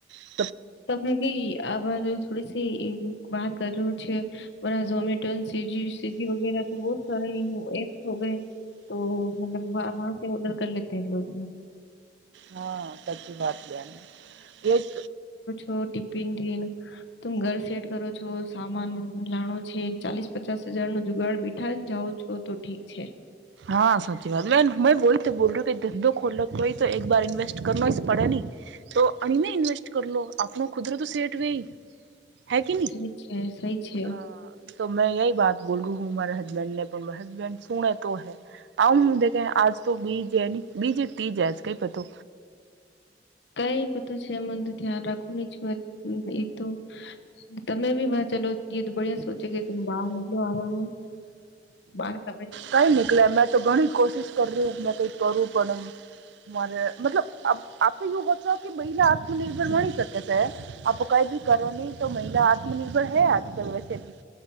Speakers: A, on the right; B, on the left.
A: <unintelligible>
B: તમે બી આર થોડી સી વાત કર્યું. એમેઝોન, સ્વીગી વગેરે તો છે ને. તો મતલબ ઓર્ડર કર લેતે લોકો જે.
A: હા, સાચી વાત, બેન એક.
B: તો ટીફિન દિન. તમે ઘર સેટ કરો છો, સામાન લાણો છે, ચાલીસ-પચાસ હજાર નો જુગાડ બેઠા. જાઓ છો, તો ઠીક છે.
A: હા, સાચી વાત. મે મેં વહી તો બોલ્યું કે ધંધો ખોલલો તો તો એક બાર ન્વેસ્ટ કર પડે ને. તો અણીને ઇન્વેસ્ટ કરલો, આપણો કુદરત સેઠ વય. હે કે ન,
B: સહી છે સહી છે
A: હા? તો મેં એહી વાત બોલ, હું મારે હસબન્ડે પણ, હસબન્ડે સુણે. તો હુ છે કે, આજ તો બીજ ન બીજ તીજજ કઈ પતો.
B: કઈ બતો છે, એમ તો ધ્યાન રાખવું ની જ હોય. હ, એતો તમે બી વા ચાલો. જે તો બડિયા સોચે કે તુમે બહાર નકલો આરામ હ બહાર ક.
A: કઈ નીકળે મેં તો ઘણી કોશિશ કર્યું મે કઈક કરું પણ એમ. મારે મતલબ આપે એવુંત કે મહિલા આત્મનિર્ભર ભણી શકે છે આપ. કઈ ભી કરો ની તો મહિલા આત્મનિર્ભર હૈ આજ કલ વેસેભી